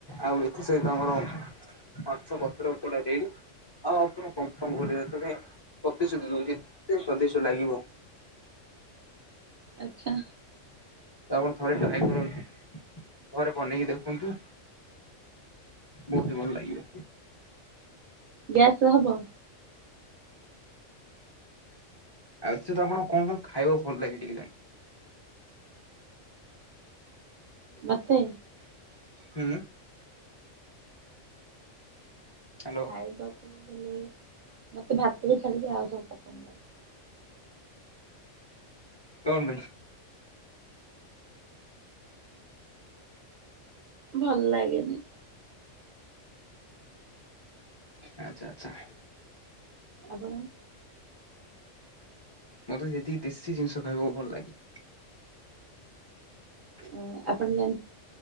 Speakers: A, on the left; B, on the right.
A: ଆଉ ଏଥି ସହିତ ଆମର ମାଛ ପତ୍ର କଟା ଡି ଆଉ ଆପଣଙ୍କୁ କନଫର୍ମ କରିଦେ ପ୍ରତି ସୁଧି ଦଉଛି। ସଦେଶ ଲାଗିବ।
B: ଆଛା।
A: ତ ଆପଣ ଥରେ ଟ୍ରାଏ କରନ୍ତୁ ଥରେ ବନେଇକି ଦେଖନ୍ତୁ। ବହୁତ ବଲ ଲାଗଏ।
B: ଗ୍ୟାସ ହବ।
A: ଆଉ ସେ ତ ଆଣ କଣ କଣ ଖାଇବା ଭଲ ଲାଗେ ଟିକେ ଜାଣି।
B: ମତେ
A: ହୁଁ। ହ୍ୟାଲୋ
B: ଖାଇବାକୁ ହେଲେ ମତେ ଭାତକୁ ଛାଡିକି ଆଉ ସବୁ ପସନ୍ଦ ଲାଗେ।
A: କଣ ପାଇଁ?
B: ଭଲ ଲାଗେନି।
A: ଆଚଛା ଆଚ୍ଛା।
B: ଆପଣ
A: ମତେ ଯେତିକି ଦେଶୀ ଜିନିଷ ଖାଇବକୁ ଭଲ ଲାଗେ। ।
B: ଅ ଆପଣ